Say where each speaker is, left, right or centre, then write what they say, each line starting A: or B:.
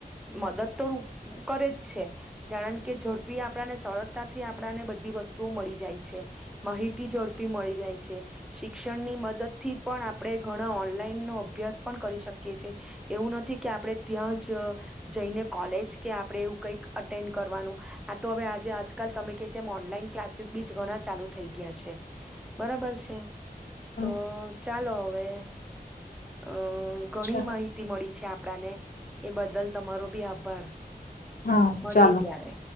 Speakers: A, in the centre; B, on the left.
A: મદદ તો કરે જ છે કારણ કે ઝડપી આપણાને સરળતાથી આપણાને બધી વસ્તુઓ મળી જાય છે માહિતી ઝડપી મળી જાય છે શિક્ષણની મદદથી પણ આપણે ઘણા ઓનલાઈન નો અભ્યાસ પણ કરી શકીએ છીએ એવું નથી કે આપણે ત્યાં જ જઈને કોલેજ કે આપણે એવું કઈક અટેન્ડ કરવાનું આ તો હવે આજે આજકાલ તમે ક તેમ ઓનલાઈન ક્લાસીસ બીજ ઘણા ચાલુ થઈ ગયા છે બરાબર છે
B: હમ
A: તો ચાલો હવે અ અ ઘણી
B: ચાલો
A: માહિતી મળી છે આપ આપડાને એ બદલ તમારો બી આભાર
B: હા
A: મળીએ
B: ચાલો
A: ત્યારે